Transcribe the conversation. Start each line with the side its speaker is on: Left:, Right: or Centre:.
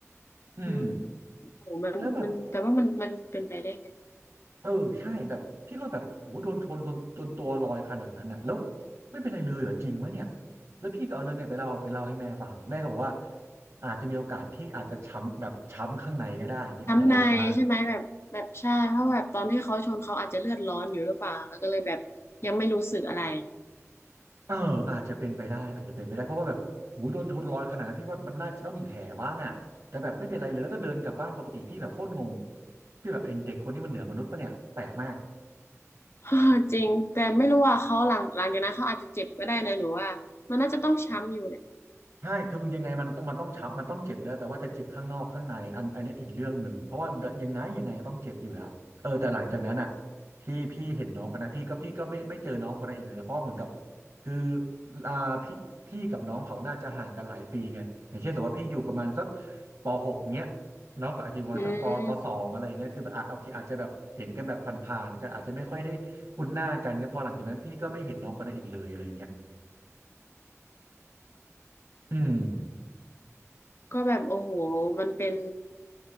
Right: อืม
Left: อืมโหมันมันแต่ว่ามันมันเป็นไปได้ไง
Right: แล้วแบบ เออใช่แบบพี่ก็แบบโหโดนชนจนจนตัวลอยขนาดนั้นน่ะแล้วไม่เป็นไรเลยเหรอจริงมะเนี่ยแล้วพี่ก็เอาเรื่องเนี่ยไปเล่าไปเล่าให้แม่ฟังแม่ก็บอกว่าอาจจะมีโอกาสที่อาจจะช้ำแบบช้ำข้างในก็ได้อย่างนี้อันตรายมาก
Left: ทำในายใช่ไหมแบบแบบใช่เพราะแบบตอนที่เขาชนเขาอาจจะเลือดร้อนอยู่หรือเปล่าแล้วก็เลยแบบยังไม่รู้สึกอะไร
Right: เอออาจจะเป็นไปได้อาจจะเป็นไปได้เพราะว่าแบบโหโดนชนลอยขนาดนั้นพี่ว่ามันน่าจะต้องมีแผลบ้างอ่ะแต่แบบไม่เป็นไรเลยแล้วก็เดินกลับบ้านปกติพี่แบบโคตรงงพี่แบบไอ้เด็กคนนี้มันเหนือมนุษย์ปะเนี่ยแปลกมาก
Left: <laughs> เอจริงแต่ไม่รู้ว่าเขาหลังหลังจากนั้นเขาอาจจะเจ็บก็ได้นะหนูว่ามันน่าจะต้องช้ำอยู่แหละ
Right: ใช่คือมันยังไงมันมันต้องช้ำมันต้องเจ็บอยู่แล้วแต่ว่าจะเจ็บข้างนอกข้างในอันอันเนี้ยอีกเรื่องหนึ่งเพราะว่ายังไงยังไงก็ต้องเจ็บอยู่แล้วเออแต่หลังจากนั้นอ่ะที่พี่เห็นน้องคนนั้นพี่ก็พี่ก็ไม่ไม่เจอน้องคนนั้นอีกเลยนะเพราะว่าเหมือนกับคืออ่าพี่พี่กับน้องเขาน่าจะห่างกันหลายปีไงอย่างเช่นสมมติว่าพี่อยู่ประมาณสักปหกเงี้ยน้องก็อาจจะอยู่ประมาณสักปปสองอะไรเงี้ยคือแบบอาจโอเคอาจจะแบบเห็นกันแบบผ่านๆกนอาจจะไม่ค่อยได้คุ้นหน้ากันเงี้ยพอหลังจากนั้นพี่ก็ไม่เห็นน้องคนนั้นอีกเลยอะไรเงี้ย
Left: อืม
Right: อืม
Left: ก็แบบโอ้โหมันเป็น